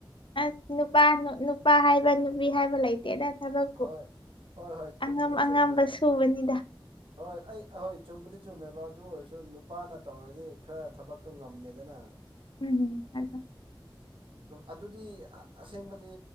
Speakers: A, on the left; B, on the right.
A: ꯑꯁ ꯅꯨꯄꯥ ꯅꯨꯄꯥ ꯍꯥꯏꯕ ꯅꯨꯄꯤ ꯍꯥꯏꯕ ꯂꯩꯇꯦꯗ ꯊꯕꯛꯄꯨ
B: ꯍꯣꯏ ꯍꯣꯏ ꯍꯣꯏ ꯆꯨꯝꯕꯨꯗꯤ
A: ꯑꯉꯝ ꯑꯉꯝꯕ
B: ꯆꯨꯝꯃꯦ
A: ꯁꯨꯕꯅꯤꯗ
B: ꯍꯣꯏ ꯑꯩ ꯍꯣꯏ ꯆꯨꯝꯕꯨꯗꯤ ꯆꯨꯝꯃꯦꯕ ꯑꯗꯨ ꯑꯣꯏꯔꯁꯨ ꯅꯨꯄꯥꯅ ꯇꯧꯔꯗꯤ ꯈꯔ ꯊꯕꯛꯇꯣ ꯉꯝꯃꯦꯗꯅ
A: ꯎꯝ ꯑꯗꯨ
B: ꯑꯗꯨꯗꯤ ꯑꯁꯦꯡꯕꯗꯤ